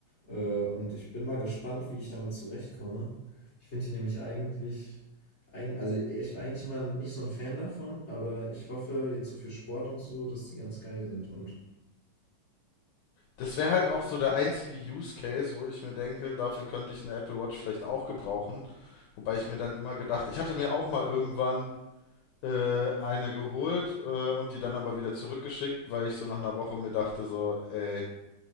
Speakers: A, on the left; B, on the left.
A: Äh, und ich bin mal gespannt, wie ich damit zurechtkomme. Ich finde die nämlich eigentlich, eig also ich war eigentlich immer nicht so ein Fan davon, aber ich hoffe jetzt so für Sport und so, dass die ganz geil sind. Und
B: Das wäre halt auch so der einzige Use Case, wo ich mir denke, dafür könnte ich eine Apple Watch vielleicht auch gebrauchen. Wobei ich mir dann immer gedacht, ich hatte mir auch mal irgendwann äh, eine geholt äh, und die dann aber wieder zurückgeschickt, weil ich so nach einer Woche mir dachte so, ey,